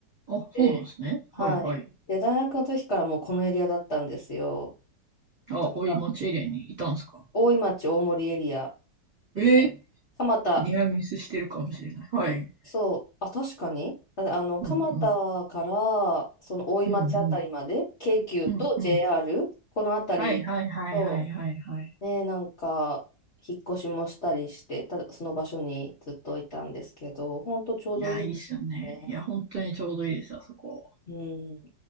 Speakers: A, on the right (about 25°); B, on the left (about 45°).
A: ん。あ、そうなんですね。
B: で、はい。
A: はいはい。
B: で、大学の時からもうこのエリアだったんですよ。
A: あ、
B: だから、
A: 大井町エリアにいたんですか
B: 大井町、大森エリア。
A: えー、
B: で、蒲田、
A: ニアミスしてるかもしれない。はい。
B: そう、あ、確かに、ああの、蒲田から、
A: うん、うん。
B: その大井町あたりまで、
A: うん、うん。
B: 京急と
A: うん、
B: JR、
A: うん。
B: このあたり、
A: はい、はい、はい、
B: そ
A: はい、はい、はい。
B: う、ね、なんか、引っ越しもしたりして、た、その場所にずっといたんですけど、ほんとちょうどいいんですよね。
A: いや、いいっすよね。いや、本当にちょうどいいです、あそこ。
B: うん。